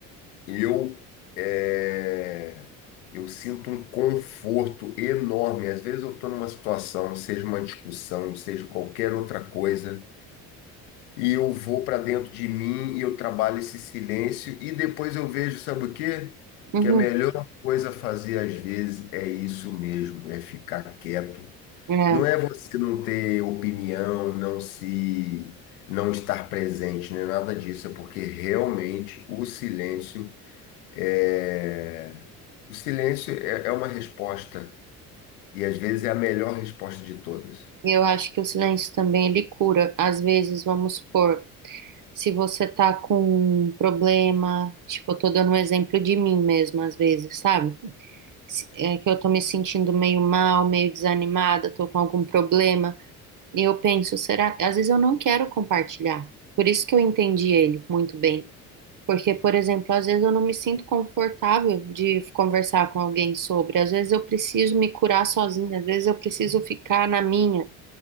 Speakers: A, on the left; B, on the right.
A: eu, é, eu sinto um conforto enorme. Às vezes eu estou numa situação, seja uma discussão, seja qualquer outra coisa. e eu vou para dentro de mim e eu trabalho esse silêncio e depois eu vejo, sabe o quê?
B: uhum.
A: Que a melhor coisa a fazer às vezes é isso mesmo, é ficar quieto.
B: É.
A: Não é você não ter opinião, não se não estar presente, não é nada disso, é porque realmente o silêncio é o silêncio é, é uma resposta e às vezes é a melhor resposta de todas.
B: E Eu acho que o silêncio também ele cura. Às vezes, vamos supor, se você tá com um problema, tipo, eu tô dando um exemplo de mim mesma, às vezes, sabe? Se- É que eu tô me sentindo meio mal, meio desanimada, tô com algum problema. E eu penso, será? Às vezes eu não quero compartilhar. Por isso que eu entendi ele muito bem. Porque, por exemplo, às vezes eu não me sinto confortável de conversar com alguém sobre. Às vezes eu preciso me curar sozinha, às vezes eu preciso ficar na minha,